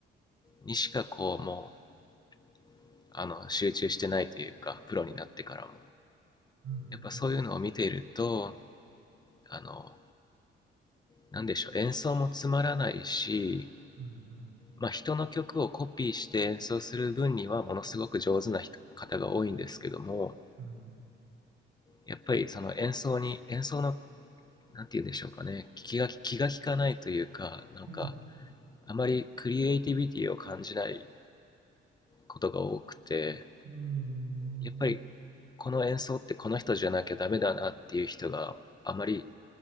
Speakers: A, on the left (about 20°); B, on the right (about 80°).
A: にしかこうもうあの集中してないというかプロになってからも
B: うん、うん、
A: やっぱそういうのを見ているとあのなんでしょう演奏もつまらないし、
B: うん、うん、うん
A: まあ、人の曲をコピーして演奏する分にはものすごく上手な人方が多いんですけども
B: うん、
A: やっぱりその演奏に演奏の何て言うんでしょうかね気が気が利かないというかなんか
B: うん、
A: あまりクリエイティビティを感じないことが多くて
B: うーん、
A: やっぱりこの演奏ってこの人じゃなきゃダメだなっていう人があまり